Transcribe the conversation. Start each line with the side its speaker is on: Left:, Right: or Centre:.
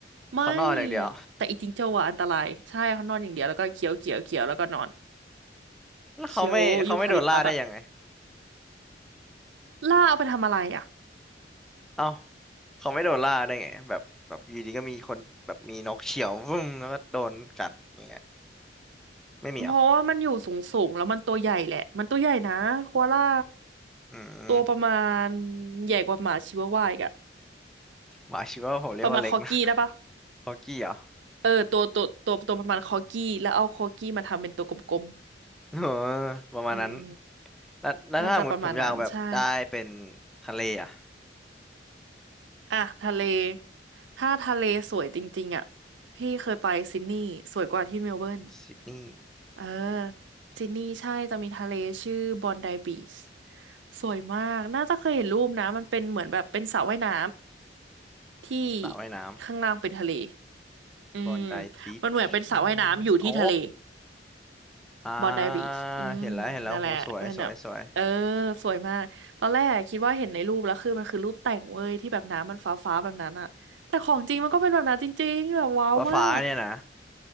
Right: ไม่
Centre: เขานอนอย่างเดียว
Right: แต่อีจิงโจ้อะอันตรายใช่เขานอนอย่างเดียวแล้วก็เคี้ยวเคี้ยวเคี้ยวแล้วก็นอน
Centre: แล้วเขาไม่เขาไม่โดนล่าได้ยังไง
Right: เคี้ยวยูคาลิปตัสอะล่าเอาไปทำอะไรอะ
Centre: <laughs> เอ้าเขาไม่โดนล่าได้ไงแบบแบบอยู่ดีก็มีคนแบบมีนกเฉี่ยววุ้มแล้วก็โดนกัดอย่างเงี้ยไม่มีเหรอ
Right: เพราะว่ามันอยู่สูงสูงแล้วมันตัวใหญ่แหละมันตัวใหญ่นะโคอาล่า
Centre: อืม
Right: ตัวประมาณใหญ่กว่าหมาชิวาวาอีกอะ
Centre: บาชิว่าผมเรียกว่าเล็กนะ
Right: ประมาณคอกี้ได้ปะ
Centre: ฮอกกี้เหรอ
Right: เออตัวตัวตัวตัวประมาณคอกี้แล้วเอาคอกี้มาทำเป็นตัวกลม
Centre: เออ
Right: ๆอืม
Centre: ประมาณนั้นแล้วแล้วถ้าสมมติผมอยากแบบได้เป็น
Right: น่าจะประมาณนั้นใช่
Centre: ทะเลอ่ะ
Right: อ่ะทะเล ถ้าทะเลสวยจริงๆอ่ะพี่เคยไปซิดนีย์สวยกว่าที่เมลเบิร์น
Centre: ซิดนีย์
Right: เออซิดนีย์ใช่จะมีทะเลชื่อบอนไดบีชสวยมากน่าจะเคยเห็นรูปนะมันเป็นเหมือนแบบเป็นสระว่ายน้ำที่
Centre: สระว่ายน้
Right: ข้างล่างเป็นทะเล
Centre: ำบอนไดบีช
Right: อืม มันเหมือนเป็นสระว่ายน้ำอยู่ที่ทะเล
Centre: อ๋อ อ่า
Right: บอนไดบีชอืม
Centre: เห็นแล้วเห็นแล้วโหสวยสวยสวย
Right: นั่นแหละมันแบบเออ สวยมาก ตอนแรกคิดว่าเห็นในรูปแล้วคือมันคือรูปแต่งเว้ยที่แบบน้ำมันฟ้าฟ้าแบบนั้นอะแต่ของจริงมันก็เป็นแบบนั้นจริงๆแบบว้าวมาก
Centre: ฟ้าฟ้าเนี่ยนะ